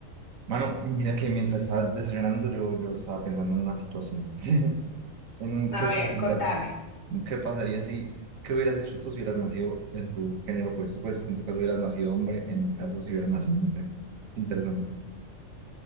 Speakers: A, on the right; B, on the left.
A: Mano, mira que mientras estaba desayunando yo, yo estaba pensando en una situación. <laughs> ¿En qué
B: A ver,
A: pasaría
B: contame.
A: si? ¿En qué pasaría si? ¿Qué hubieras hecho tú si hubieras nacido en tu género opuesto? Pues en tu caso hubieras nacido hombre, en mi caso si hubieras nacido mujer. Es interesante.